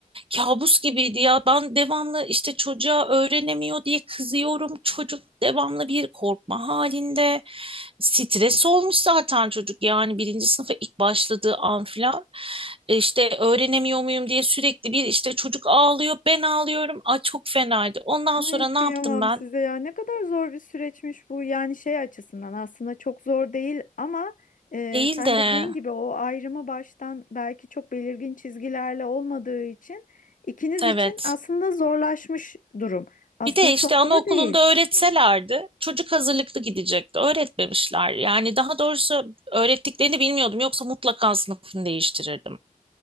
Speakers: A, on the right (about 40°); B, on the left (about 65°).
A: kabus gibiydi ya. Ben devamlı işte çocuğa öğrenemiyor diye kızıyorum. Çocuk devamlı bir korkma halinde. Stres olmuş zaten çocuk yani birinci sınıfa ilk başladığı an filan. E, İşte öğrenemiyor muyum diye sürekli bir işte çocuk ağlıyor ben ağlıyorum. Ay çok fenaydı. Ondan
B: Ay
A: sonra
B: kıyamam
A: ne yaptım ben?
B: size ya. Ne kadar zor bir süreçmiş bu. Yani şey açısından aslında çok zor değil ama e,
A: Değil
B: sen
A: de
B: dediğin gibi o ayrımı baştan belki çok belirgin çizgilerle olmadığı için ikiniz
A: evet.
B: için aslında zorlaşmış durum. Aslında
A: Bir de işte
B: çok
A: anaokulunda
B: zor değil.
A: öğretselerdi çocuk hazırlıklı gidecekti. Öğretmemişler. Yani daha doğrusu öğrettiklerini bilmiyordum. Yoksa mutlaka sınıfını değiştirirdim.